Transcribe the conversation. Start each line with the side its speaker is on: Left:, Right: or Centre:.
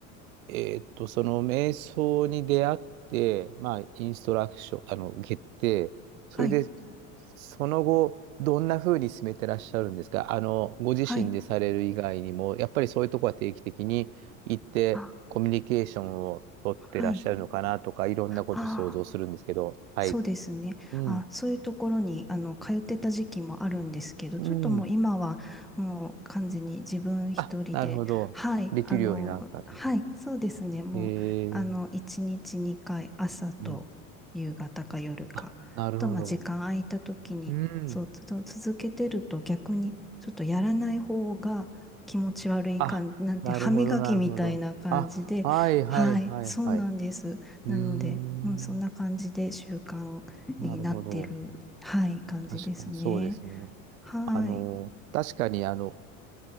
Right: えーっと、その瞑想に出会って、まあ、インストラクション、あの、受けて、それで、
Centre: はい。
Right: その後、どんな風に進めてらっしゃるんですかあの、ご自身でされる以外にも、
Centre: はい。
Right: やっぱりそういうとこは定期的に行って、
Centre: あ、
Right: コミュニケーションを取ってらっしゃるのかなとか、
Centre: はい。
Right: いろんなこと想像するんですけど、
Centre: ああ
Right: はい。
Centre: そうですね。
Right: うん。
Centre: あ、そういうところにあの通ってた時期もあるんですけど、
Right: うん。
Centre: ちょっともう今はもう完全に自分一人で、
Right: あ、なるほど。
Centre: はい、
Right: できるようになったってことね。
Centre: あの、はい、そうですね。もうあの1日2回、
Right: へえ。
Centre: 朝と夕方か夜か、
Right: うん。あ、なるほど。
Centre: とまあ時間空いた時に、
Right: うん。
Centre: そう、つ続けてると逆にちょっとやらない方が気持ち悪い感じ、
Right: あ、
Centre: なんて歯磨きみたいな感じで、
Right: なるほど、なるほど。あ、はいはいはいはい。
Centre: はい、そうなんです。
Right: う
Centre: なので、
Right: ーん。
Centre: うん、そんな感じで習慣になってる、
Right: なるほど。
Centre: はい、感じですね。
Right: 確かにそうですね。
Centre: はい。
Right: あの、確かにあの、